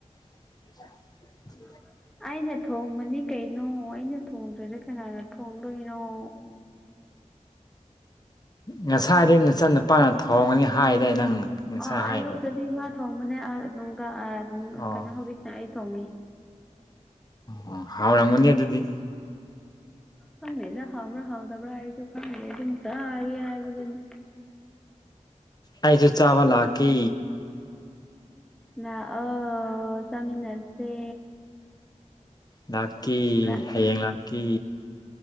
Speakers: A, on the left; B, in the centre.
A: <inaudible>
B: <inaudible> ꯑꯩꯅ ꯊꯣꯡꯕꯅꯤ ꯀꯩꯅꯣ ꯑꯩꯅ ꯊꯣꯡꯗ꯭ꯔꯗꯤ ꯀꯅꯥꯅ ꯊꯣꯡꯗꯣꯏꯅꯣ <inaudible>
A: ꯉꯁꯥꯏꯗꯤ ꯅꯆꯟ ꯅꯨꯄꯥꯥꯅ ꯊꯣꯡꯒꯅꯤ ꯍꯥꯏꯗꯥꯏ ꯅꯪ ꯉꯁꯥꯏ
B: ꯑꯣ
A: ꯍꯥꯏꯗꯣ
B: ꯑꯌꯨꯛꯇꯗꯤ ꯃꯥ ꯊꯣꯡꯕꯅꯦ ꯑ ꯅꯨꯡꯗꯥꯡ
A: ꯑꯣ
B: ꯑ ꯀꯩꯅꯣ ꯍꯧꯖꯤꯛꯅ ꯑꯩ ꯊꯣꯡꯉꯤ
A: ꯑꯣ ꯍꯥꯎꯔꯝꯒꯅꯤ ꯑꯗꯨꯗꯤ
B: ꯈꯪꯗꯦꯗ ꯍꯥꯎꯕ꯭ꯔꯥ ꯍꯥꯎꯗꯕ꯭ꯔꯥ ꯑꯩꯁꯨ ꯈꯪꯗꯦ ꯑꯗꯨꯝ ꯆꯥꯔꯤ ꯍꯥꯏꯕꯗꯨꯅꯤ
A: ꯑꯩꯁꯨ ꯆꯥꯕ ꯂꯥꯛꯀꯦ
B: ꯂꯥꯛꯑꯣ ꯆꯥꯃꯤꯟꯅꯁꯦ
A: ꯂꯥꯛꯀꯦ
B: ꯂꯥꯛꯑꯣ
A: ꯍꯌꯦꯡ ꯂꯥꯛꯀꯦ